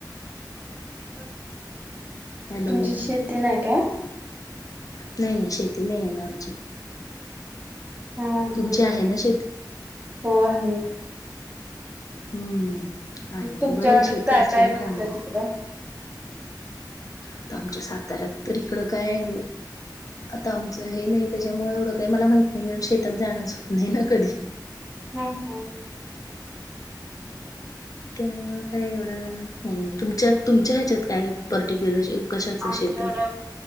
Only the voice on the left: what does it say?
हॅलो
नाही नाही शेती नाही आहे ना आमची.
तुमची
आहे ना शेती.
हम्म आहे
बरं आहे शेती
असलेलं
चांगलं आहे.
आता आमच्या साताऱ्यात तर इकडं काय आता आमचं हे नाही त्याच्यामुळे एवढं काही मला माहित नाही कारण शेतात जाणच होत नाही ना कधी...
त्यामुळे काय एवढं काय नाही तुमच्या तुमच्या ह्याच्यात कायआहे पर्टिक्युलर.... कशाच
शेत आहे?